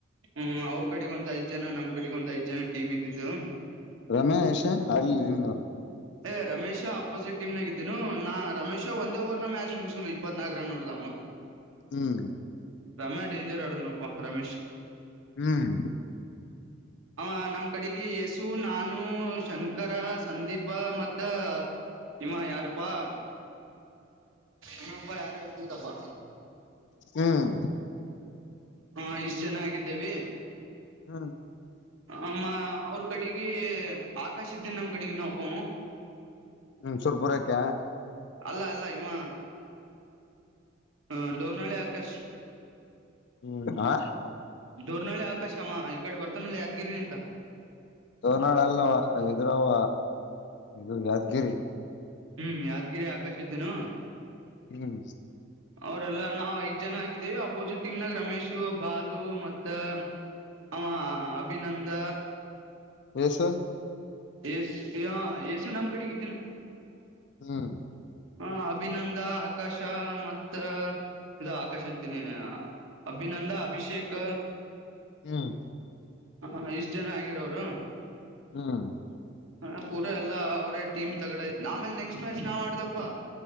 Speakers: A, on the right (about 75°); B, on the left (about 60°).
A: ಹ್ಮ್ ಅವ್ರ ಕಡೆಗ ಒಂದ್ ಐದ್ ಜನ ನಮ್ ಕಡೆಗ ಒಂದ್ ಐದ್ ಜನ ಟೀಮ್ ಇದ್ದಿದ್ದೇವು.
B: ರಮೇಶ್ ಅಲ್ಲಿ ನೀನವ್ರು
A: ಏ ರಮೇಶ ಅಪೋಸಿಟ್ ಟೀಮ್ನಾಗಿದ್ದೀನು. ನಾ ರಮೇಶ್ ಒಂದೇ ಓರ್ ನ ಮ್ಯಾಚ್ ಮುಗಸು ಇಪ್ಪತ್ನಾಲ್ಕಕ್ ರನ್ ನೋಡ್ದ್.
B: ಹ್ಮ್.
A: ರಮ್ಯಾ ಡೇಂಜರಾ ಆಡದನಪ್ಪಾ ರಮೇಶ್.
B: ಹ್ಮ್
A: ಅವ ನಮ್ ಕಡೆಗಿ ಹೆಸೂ ನಾ ನು ಶಂಕರ ಸಂದೀಪ ಮತ್ತ. ಇವಾ ಯಾರಪ್ಪಾ ಇನ್ನ ಒಬ್ಬವ ಯಾರ್ ಇದ್ದಿದ್ಪಾ.
B: ಹ್ಮ್
A: ಹಾ ಇಷ್ಟು ಜನ ಆಗಿದ್ದೇವಿ.
B: ಹ್ಮ
A: ಅಮ್ಮ ಅವ್ರ ಕಡೆಗೆ ಆಕಾಶ ಇದ್ದೇನ್ ನಮ್ ಕಡೆಗ ಇ ಒಬ್ಬ.
B: ಹ್ಮ ಸುರ್ಪುರಕ್ಕ.
A: ಅಲ್ಲ ಅಲ್ಲ ಇಮ್ಮ ಹ ಡೋರ್ನಾಳಿ ಆಕಾಶ್.
B: ಹ್ಮ ಆ.
A: ದೂರ್ನಳ್ಳಿ ಆಕಾಶ ಅವ ಈ ಕಡೆ ಬರ್ತಾನಲ್ಲಿ ಯಾದ್ಗಿರಿ ಅಂತ.
B: ತೋನಾಳ ಅಲ್ಲ ಇದ್ರಾವ ಇದು ಯಾದ್ಗಿರಿ.
A: ಹ್ಮ್ ಯಾದ್ಗಿರಿ ಆಕಾಶ ಇದ್ದಿನು.
B: ಹ್ಮ.
A: ಅವ್ರಲ್ಲಾ ನಾವವು ಐದ್ ಜನ ಆಗಿದ್ದೇವಿ ಅಪೋಸಿಟ್ ಟೀಮ್ನಾಗ ರಮೇಶು ಬಾಲು ಮತ್ತ. ಆ ಅಭಿನಂದ.
B: ಎಸು.
A: ಏಸು ಯ ಏಸು ನಮ್ಮ್ ಕಡೆಗಿದ್ದೀನ.
B: ಹ್ಮ್
A: ಹ ಅಭಿನಂದ ಆಕಾಶ ಮತ್ತ. ಇದು ಆಕಾಶ ಅಂತೀನಿ ಅಭಿನಂದ ಅಭಿಷೇಕ್.
B: ಹ್ಮ
A: ಹ ಇಷ್ಟು ಜನ ಆಗಿರೋರು.
B: ಹ್ಮ್.
A: ಹ ಪೂರಾ ಎಲ್ಲಾ ಅವ್ರೇ ಟೀಮ್ ತಗಡ ಆಯತ್ ಆಮೇಲೆ ನೆಕ್ಸ್ಟ್ ಮ್ಯಾಚ್ ನಾವ್ ಮಾಡ್ದಪ್ಪಾ.